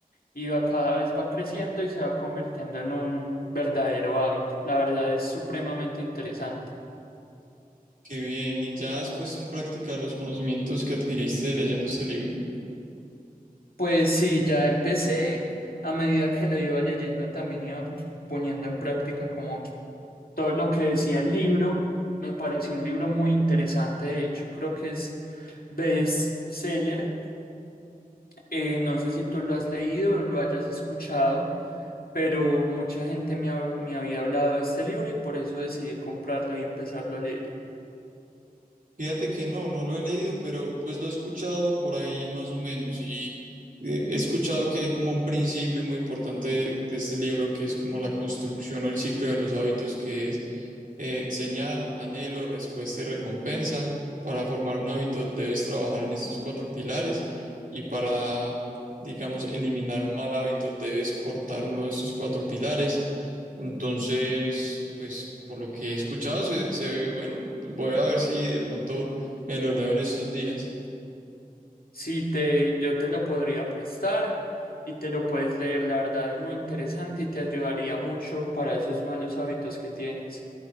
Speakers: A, on the left (about 75°); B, on the right (about 65°).
A: y va, cada vez va creciendo y se va convirtiendo en un verdadero hábito. La verdad es supremamente interesante.
B: Qué bien, ¿y ya has puesto en práctica los conocimientos que adquiriste leyendo este libro?
A: Pues sí, ya empecé. A medida que lo iba leyendo, también iba poniendo en práctica como todo lo que decía el libro. Me pareció un libro muy interesante. De hecho, creo que es bestseller. Eh, no sé si tú lo has leído o lo hayas escuchado, pero mucha gente me, ha- me había hablado de este libro y por eso decidí comprarlo y empezarlo a leer.
B: Fíjate que no, no lo he leído, pero pues lo he escuchado por ahí más o menos y eh, he escuchado que hay como un principio muy importante de, de este libro que es como la construcción o el ciclo de los hábitos que es eh, señal, anhelo, respuesta y recompensa. Para formar un hábito debes trabajar en estos cuatro pilares y para, digamos, eliminar un mal hábito debes cortar uno de estos cuatro pilares. Entonces, pues por lo que he escuchado, se, se ve bueno. Voy a ver si de pronto me lo leo en estos días.
A: Sí, te, yo te lo podría prestar y te lo puedes leer. La verdad es muy interesante y te ayudaría mucho para esos malos hábitos que tienes.